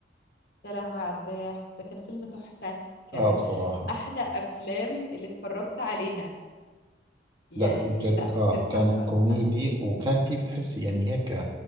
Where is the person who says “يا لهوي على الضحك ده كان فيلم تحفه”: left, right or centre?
Left